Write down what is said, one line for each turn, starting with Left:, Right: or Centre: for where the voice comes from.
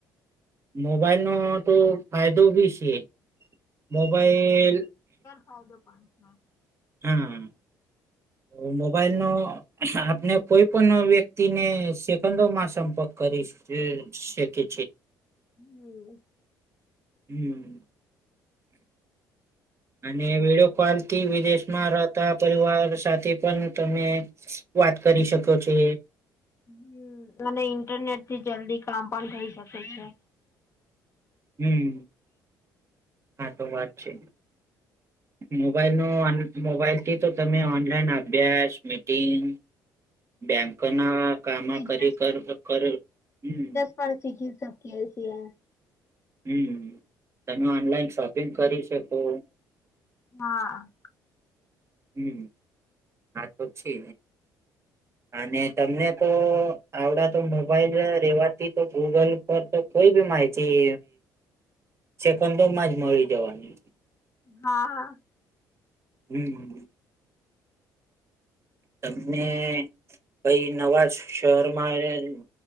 Right: મોબાઈલ નો તો ફાયદો બી છે મોબાઈલ
Left: હ તો પણં
Right: હા તો મોબાઈલ નો આપને કોઈ પણ વ્યક્તિને સેકન્ડોમાં સંપર્ક કરીશ હમ <unintelligible> શકે છે
Left: હમ
Right: હમ અને વિડીયો કોલ થી વિદેશમાં રહેતા પરિવાર સાથે પણ તમે વાત કરી શકો છે
Left: હમ અને ઇન્ટરનેટ થી જલ્દી કામ પણ થઇ શકે છે.
Right: હમ હા તો વાત છે. મોબાઈલ ન મોબાઈલ થી તો તમે ઓનલાઈન અભ્યાસ મીટિંગ બેંક ના કામ
Left: બિઝનેસ
Right: કરી કર કર હમ.
Left: પાડસી ગી સબકી એસી હૈ.
Right: હમ તમે ઓનલાઈન શોપિંગ કરી શકો.
Left: હા
Right: હમ હા તો છે અને તમને તો આવડા તો મોબાઈલ રેવાથી તો ગૂગલ પર તો કોઈ બી માહિતી સેંકડો માં જ મળી જવાની.
Left: હા
Right: હમ તમને કઈ નવા જ શહેરમાં